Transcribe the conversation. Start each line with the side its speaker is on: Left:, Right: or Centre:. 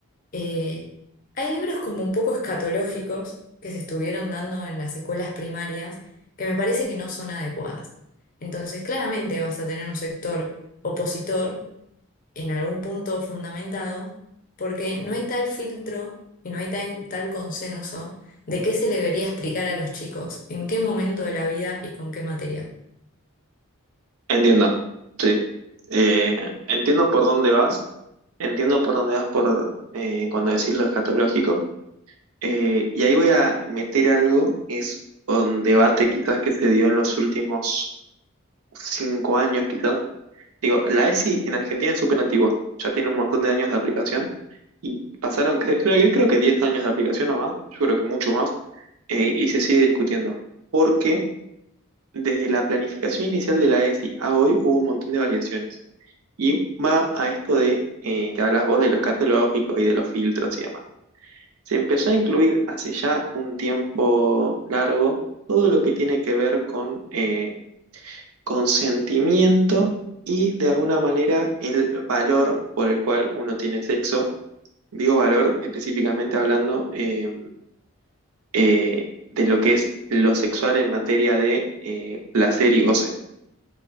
Left: Eh, hay libros como un poco escatológicos que se estuvieron dando en las escuelas primarias que me parece que no son adecuadas. Entonces, claramente vas a tener un sector opositor en algún punto fundamentado porque no hay tal filtro y no hay tan- tal consenso de qué se le debería explicar a los chicos, en qué momento de la vida y con qué material.
Right: Entiendo, sí. Eh, entiendo por dónde vas, entiendo por dónde vas por eh, cuando decís lo escatológico. Eh, y ahí voy a meter algo, es un debate quizás que se dio en los últimos cinco años quizás. Digo, la ESI en Argentina es súper antigua, ya tiene un montón de años de aplicación y pasaron, cre- creo que, creo que 10 años de aplicación o más, yo creo que mucho más, eh, y se sigue discutiendo, porque desde la planificación inicial de la ESI a hoy hubo un montón de variaciones. Y va a esto de eh, que hablas vos de los catálogos y de los filtros y demás. Se empezó a incluir hace ya un tiempo largo todo lo que tiene que ver con eh, consentimiento y de alguna manera el valor por el cual uno tiene sexo. Digo valor específicamente hablando eh, eh, de lo que es lo sexual en materia de eh, placer y goce.